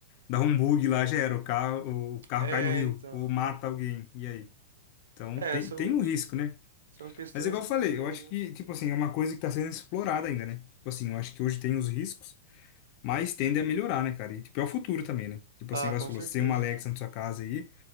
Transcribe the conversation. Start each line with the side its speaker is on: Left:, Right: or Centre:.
Left: dá um bug lá, já era, o carro, o carro
Right: é,
Left: cai no rio,
Right: então.
Left: ou mata alguém, e aí? Então,
Right: É,
Left: tem,
Right: são
Left: tem um risco, né?
Right: São questões
Left: Mas igual
Right: e
Left: eu
Right: questões,
Left: falei, eu acho
Right: né?
Left: que, tipo assim, é uma coisa que tá sendo explorada ainda, né? Tipo assim, eu acho que hoje tem os riscos, mas tende a melhorar, né, cara? E, tipo, é o futuro também, né? Tipo
Right: Ah,
Left: assim, igual
Right: com
Left: você falou,
Right: certeza.
Left: você tem uma Alexa na sua casa aí,